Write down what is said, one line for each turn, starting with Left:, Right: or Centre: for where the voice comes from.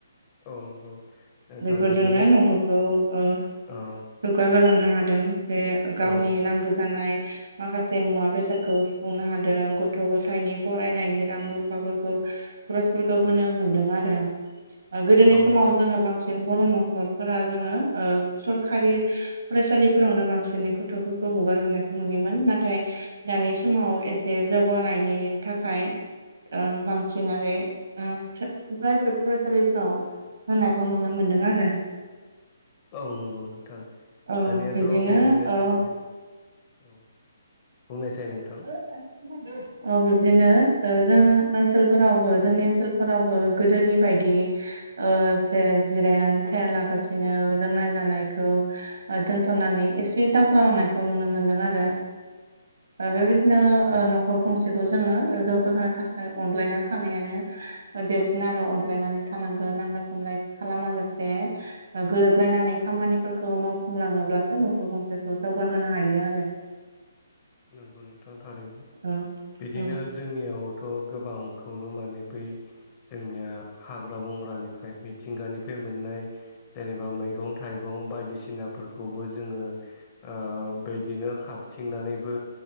Left: औ नंगौ नोंथां
Right: बेफोरजोंनो
Left: बिदिनो
Right: न'खरखौ ओ
Left: औ
Right: जुगा होलांनो हादों जे गावनि
Left: औ
Right: नांगौ जानाय माखासे मुवा बेसादखौ सुफुंनो हादों गथ' गथायनि फरायनायनि रां रुफाफोरखौ खरसफोरखौ होनो मोनदों आरो गोदोनि
Left: औ
Right: समाव
Left: नोंथां
Right: जोङो बांसिन जों बर' न'खरफोरा जोङो ओ सरखारि फरायसालिफोरावनो बांसिनै गथ'फोरखौ हगारहरायखौ नुयोमोन नाथाय दानि समाव एसे जौगानायनि थाखाय ओं बांसिन आरो ओ प्राइभेट फरायसालिफोराव होनायखौ नुनो मोनदों आरो।
Left: औ नंगौ नोंथां
Right: औ
Left: दानियाथ'
Right: बिब्दिनो
Left: बिदिनो
Right: ओ
Left: जोंनि औ बुंनायसाय नोंथां।
Right: <inaudible> अ बिब्दिनो ओ जों ओनसोलफोरावबो जोंनि ओनसोलफोरावबो गोदोनि बायदि ओ जे जिरायनानै थायालाबासिनो लोंनाय जानायखौ दोनथ'नानै एसे दावगालांनायखौ नुनो मोनदों आरो ओ बेबायदिनो ओ
Left: औ
Right: नखर गंसेखौ जोङो जौगाहोनो थाखाय अनलायना थानायानो देरसिन आरो अनलायनानै थानांगोन नांलाय खमलाय खालामाजासे। ओ गोरोबलायनानै खामानिफोरखौ मावफुंलाङोब्लासो न'खर गंसेखौ जौगाहोनो हायो आरो।
Left: नोंगौ नोंथां थारैनो
Right: औ
Left: बिदिनो
Right: औ
Left: जोंनियावथ' गोबांखौनो माने बै जोंनिया हाग्रा बंग्रानिफ्राय मिथिंगानिफ्राय मोननाय जेनेबा मैगं थाइ गं बायदिसिनाफोरखौबो जोङो ओ बिदिनो खाबथिंनानै बो